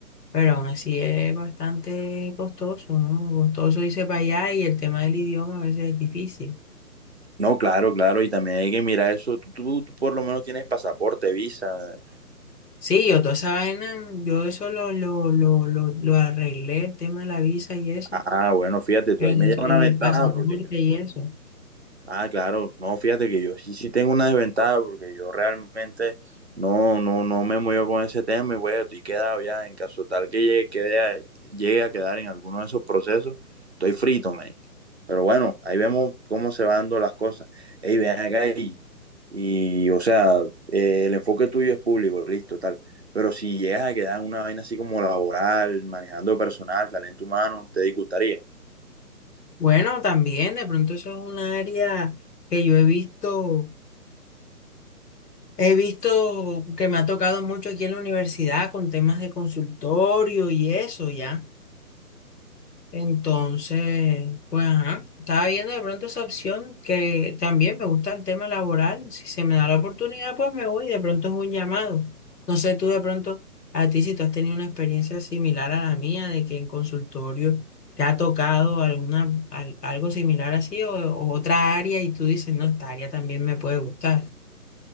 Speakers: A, on the left; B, on the right.
A: pero aún así es bastante costoso, ¿no? Costoso irse para allá y el tema del idioma a veces es difícil.
B: No, claro, claro, y también hay que mirar eso. Tú, tú- tú por lo menos tienes pasaporte, visa.
A: Sí, yo toda esa vaina, yo eso lo, lo, lo, lo, lo arreglé, el tema de la visa y eso,
B: Ah, bueno, fíjate, tú
A: el,
B: ahí me lleva una ventaja
A: el pasaporte
B: porque
A: y eso.
B: Ah, claro, no, fíjate que yo sí, sí tengo una desventaja porque yo realmente no, no, no me muevo con ese tema y bueno, estoy quedado ya en caso tal que llegue, quede a- llegue a quedar en alguno de esos procesos, estoy frito, man. Pero bueno, ahí vemos cómo se van dando las cosas. Ey, ven acá y, y, o sea, eh, el enfoque tuyo es público, listo, tal. Pero si llegas a quedar en una vaina así como laboral, manejando personal, talento humano, ¿te disgustaría?
A: Bueno, también de pronto eso es un área que yo he visto He visto que me ha tocado mucho aquí en la universidad con temas de consultorio y eso ya. Entonces, pues ajá, estaba viendo de pronto esa opción que también me gusta el tema laboral. Si se me da la oportunidad, pues me voy. De pronto es un llamado. No sé tú de pronto a ti si tú has tenido una experiencia similar a la mía de que en consultorio te ha tocado alguna al- algo similar así o, o otra área y tú dices, no, esta área también me puede gustar.